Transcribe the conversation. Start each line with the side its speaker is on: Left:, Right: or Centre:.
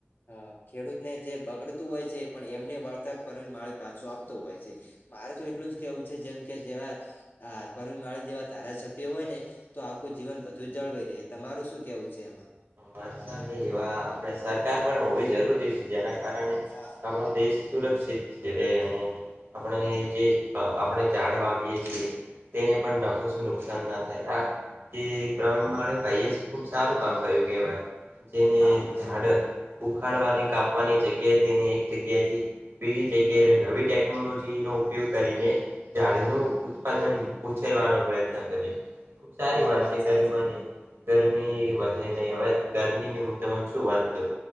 Left: હ ખેડૂતને જે બગડતું હોય છે પણ એમને પડતર પડે પાછું આપતો હોય છે મારે તો એટલું જ કેવું છે જેમ કે જેવા હા <unintelligible> જેવા ધારાસભ્ય હોય ને તો આખું જીવન બ જળ <unintelligible> તમારું શું કેવું છે એમાં
Right: એવા આપણે સરકાર પણ હોવી જરૂરી છે જેના કારણે
Left: હા
Right: આપણું દેશ સુરક્ષિત છે એની આપણે જે આપણે જાડ વાવીએ છીએ તેને પણ ન કશું નુકસાન ના થાય આ પ્રવણ માળે ભાઈએ ખુબ સારું કામ કર્યું કેવાય જેને
Left: હા
Right: ઝાડ ઉખાડવાની કાપવાની જગ્યે તે ને એક જગ્યાથી બીજી જગ્યાએ નવી ટેકનોલોજી નો ઉપયોગ કરીને ઝાડ નું ઉત્પાદન ઉછેરવાનો પ્રયત્ન કરે સારી
Left: હા
Right: વાત છે <unintelligible>
Left: સાચી
Right: ગરમી વધે નઈ અવે ગરમીની <unintelligible> શું વાત કરું